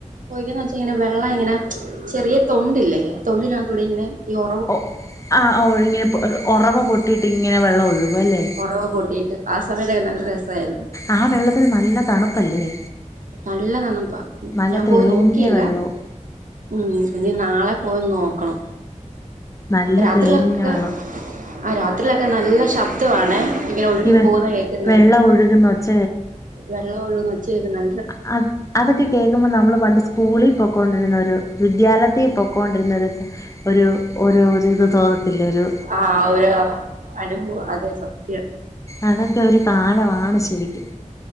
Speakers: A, on the right; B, on the left.
A: പൊയ്കേന്നെച്ചിങ്ങനെ വെള്ളം ഇങ്ങനെ ചെറിയ തൊണ്ടില്ലേ ആ തൊണ്ടിനകത്തൂടെ ഇങ്ങനെ ഈ ഒ
B: ഒഹ് ആഹ് ഒഴുങ്ങ്യപൊ ഒറവ പൊട്ടീട്ട്ങ്ങനെ വെള്ളം ഒഴുകും അല്ലേ?
A: ഒറവ് പൊട്ടീട്ട് ആ സമയത്തൊക്കെ നല്ല രസായിരുന്നു.
B: ആ വെള്ളത്തിന് നല്ല തണുപ്പല്ലേ?
A: നല്ലതണുപ്പ
B: നല്ല
A: ഞാം
B: തെളിഞ്ഞ
A: പോയി നോക്കിയില്ല.
B: വെള്ളവും
A: ഉം ഇനി നാളെ പോയി നോക്കണം.
B: നല്ല
A: രാത്രിയിലൊക്കെ
B: തെളിഞ്ഞ വെള്ളം
A: അഹ് രാത്രിയിലൊക്കെ നല്ല ശബ്ദവാണേ ഇങ്ങനെ ഒഴുകി
B: ഇവ
A: പോകുന്ന കേക്കുന്നെ
B: വെള്ളം ഒഴുകുന്ന ഒച്ച
A: വെള്ളം ഒഴുക്കുന്നെച്ചകേക്ക്ന്നെ
B: അ അത് അതൊക്കെ കേക്കുമ്പം നമ്മൾ പണ്ട് സ്കൂളിൽ പൊക്കൊണ്ടിരുന്നൊരു വിദ്യാലയത്തീ പൊക്കൊണ്ടിരുന്നൊരു ഒരു ഒരൂരിത് തോന്നത്തില്ലെരു
A: ആഹ് ഒരു അനുഭൂവ് അതെ സത്യം
B: അതൊക്കെ ഒരു കാലവാണ് ശെരിക്കും